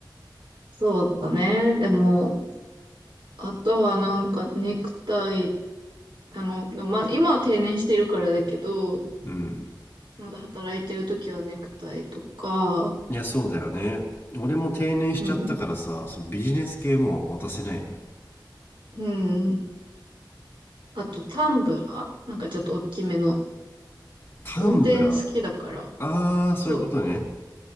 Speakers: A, on the right; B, on the left.
A: そうだね。でも、あとはなんかネクタイ、あの、でもまあ今は定年してるからだけど、
B: うん。
A: まだ働いてる時はネクタイとか、
B: いや、そうだよね。俺も定年しちゃったからさ、
A: うん、
B: そのビジネス系も渡せないのよ。
A: うん。あとタンブラーなんかちょっと大きめの。
B: タンブラ
A: 運転好きだから、
B: ー。ああ、
A: そ
B: そういうことね。